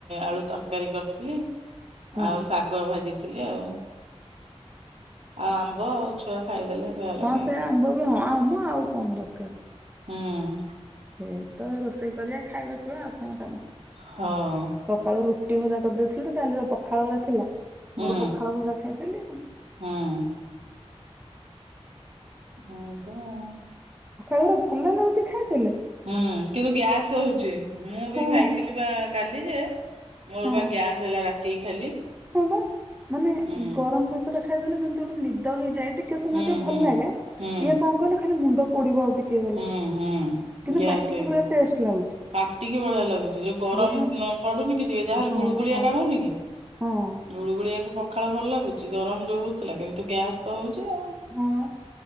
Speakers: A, on the right (about 80°); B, on the right (about 15°).
A: ଆଳୁ ତରକାରୀ କରିଥିଲି,
B: ହଁ
A: ଆଉ ଶାଗ ଭାଜିଥିଲି ଆଉ। ଆଉ ଆମ୍ବ ଆଉ ଛୁଆ ଖାଇଦେଲେ ସେଆ ଲଗେଇ
B: ହଁ ସେ
A: ନା।
B: ଆମ୍ବ ବି ଆମ ହଁ ଆଉ କଣ ଦରକାର?
A: ହଁ।
B: ଏ ତ ରୋଷେଇ କରିବା ଖାଇବା ପିଇବା ଆଉ କଣ କାମ।
A: ହଉ
B: ସକାଳୁ ରୁ ଟି ଭଜା କରିଦେଇଥିଲ ତ, କାଲିର ପଖାଳ ଅରା ଥିଲା।
A: ହୁଁ
B: ମୋର ପଖାଳ ଭଜା ଖାଇଦେଲି ଆଉ।
A: ହୁଁ ହଁ ତ ଆଉ।
B: ପଖାଳଟା ଭଲ ଲାଗୁଛି ଖାଇଦେଲେ।
A: ହୁଁ କିନ୍ତୁ ଗ୍ୟାସ୍ ହଉଛି ମୁଁ
B: ହଁ
A: ବି ଖାଇଥିଲି ବା କାଲି ଯେ ମୋର
B: ହଁ
A: ବା ଗ୍ୟାସ୍ ହେଲା ରାତି ଖାଲି।
B: ହଁ ପା ମାନେ
A: ହୁଁ
B: ଗରମ ଭାତ ଟା ଖାଇଦେଲେ ଯେମତି ଗୋଟେ ନିଦ ହେଇଯାଏ ଟିକେ ସମୟ
A: ହୁଁ
B: ଟିକେ
A: ହୁଁ।
B: ଭଲ ଲାଗେ
A: ହୁଁ
B: ଇଏ କଣ କହିଲେ ଖାଲି ମୁଣ୍ଡ ପୋଡିବ ଆଉ କିନ୍ତୁ
A: ହୁଁ ହୁଁ ଗ୍ୟାସ୍
B: ପାଟିକି
A: ହେଇଛି।
B: ପୁର ଟେଷ୍ଟ ଲାଗୁଛି।
A: ପାଟିକି ବଢିଆ ଲାଗୁଛି ଯୋଉ ଗରମ
B: ବଢିଆ
A: ପଡୁନି କି ଟିକେ ଯାହାହେଲେ
B: ହଁ
A: ଗୁଳୁଗୁଳିଆ
B: ହଁ
A: ଟା ହଉନି କି?
B: ହଁ ହଁ
A: ଗୁଳୁଗୁଳିଆକୁ ପଖାଳ ଭଲ ଲାଗୁଛି ଗରମ ଯୋଉ ହଉଥିଲା କିନ୍ତୁ ଗ୍ୟାସ୍ ତ ହଉଛି। ଆଉ।
B: ହଁ ପା